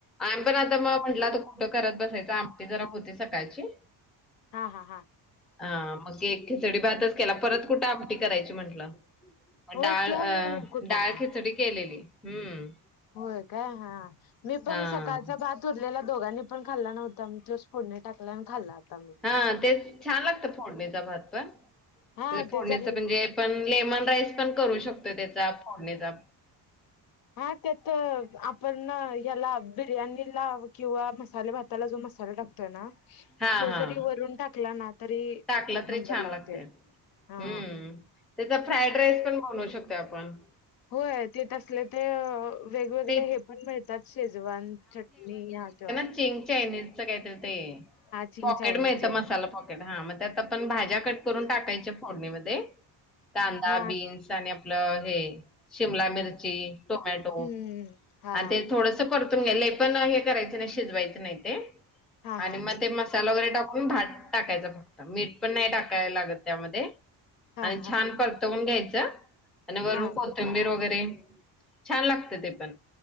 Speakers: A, in the centre; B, on the left (about 55°).
A: आम्ही पण आता मग म्हटल आता कुट करत बसायच आमटी जरा होती सकाळची.
B: हां हां हां
A: हां मग एक खिचडी भातच केला परत कुठ आमटी करायची म्हंटल.
B: होय
A: डाळ
B: ते आणि
A: अ
B: कुटाणा
A: डाळ खिचडी केलेली हम्म.
B: होय काय हा मी पण
A: हा.
B: सकाळचा भात उरलेला दोघानीं पण खाल्ला नव्हता मग तोच फोडणी टाकला आणि खाल्ला आता मग.
A: हा तेच छान लागतं फोडणीचा भात पण,
B: हा
A: फोडणीचं
B: ते जर
A: म्हणजे. पण लेमन राईस पण करू शकतो त्याचा फोडणीचा.
B: हा त्यात आपण याला बिर्याणीला किंवा मसाले भाताला जो मसाला टाक तोना
A: हां,
B: तो
A: हां.
B: जरी वरून टाकला ना तरी
A: टाकला
B: एक
A: तरी
B: नंबर
A: छान
B: लागतोय
A: लागते हम्म,
B: हा
A: त्याचा फ्राईड राईस पण बनऊ शकतोय आपण.
B: होय तेे तसले ते वेगवेगळे
A: ते
B: हे पण मिळतात शेजवान चटणी ह्याव त्याव
A: चींग चायनीज. सगळे तर ते
B: चिंग
A: पॉकेट
B: चायनीजचे
A: मिळतं मसाला पॉकेट हा त्यात आपण भाज्या कट करून टाकायच्या फोडणीमध्ये कांदा
B: हा
A: बी आपल हे शिमला मिरची, टोमॅटो
B: हम्म हा
A: आणि ते थोड परतून घे पण हे करायच नाही शिजवायच नाही ते
B: हा हा
A: आणि म ते मस्त मसाला वगैरे टाकून भात टाकायचा फक्त मीठ पण नाही टाकायला लागत त्यामध्ये.
B: हा
A: आणि
B: हा
A: छान परतवून घ्यायचं आणि वरून
B: हा
A: कोथिंबीर वगैरे छान लागतं ते पण.